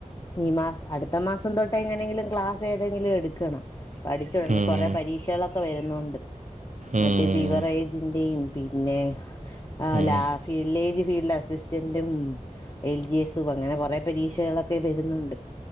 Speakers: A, on the left; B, on the right.
A: ഈ മാസം അടുത്ത മാസം തൊട്ട് എങ്ങനെങ്കിലും ക്ലാസ് ഏതെങ്കി ലും എടുക്കണം പഠിച്ചു തുടങ്ങി
B: ഉം.
A: കുറെേ പരീക്ഷകളൊക്കെ വരുന്നുണ്ട്
B: ഉം.
A: മറ്റേ ബിവറേജിന്റെയും പിന്നെ ആഹ്
B: ഉം.
A: ലാ വില്ലേജ് ഫീൽഡ് അസിസ്റ്റന്റും എൽ ജി എസും അങ്ങനെ കുറെ പരീക്ഷകളൊക്കെ വരുന്നുണ്ട്